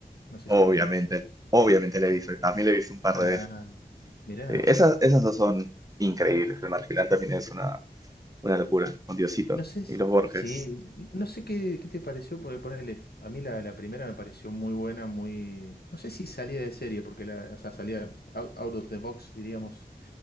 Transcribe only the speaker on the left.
No sé
si lo ubicás.
Ah,
mirá.
No sé, si-
sí, no sé qué, qué te pareció, porque ponerle, a mí la, la primera me pareció muy buena, muy, no sé si salía de serie, porque la, o sea, salía out, out of the box, diríamos,